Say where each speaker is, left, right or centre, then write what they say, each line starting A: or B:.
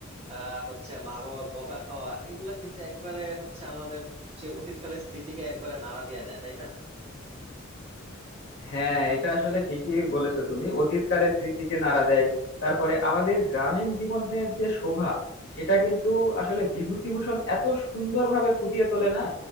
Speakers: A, on the right (about 30°); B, on the left (about 55°).
A: আর হচ্ছে মা বাবার বকা খাওয়া এগুলা কিন্তু একবারে হচ্ছে আমাদের যে অতীতকালের স্মৃতিকে একবারে নাড়া দিয়ে দেয় তাই না
B: হ্যাঁ এটা আসলে ঠিকই বলেছো তুমি অতীতকালের স্মৃতিকে নাড়া দেয় তারপরে আমাদের গ্রামীণ জীবনের যে শোভা সেটা কিন্তু আসলে বিভূতিভূষণ এত সুন্দরভাবে ফুটিয়ে তোলে না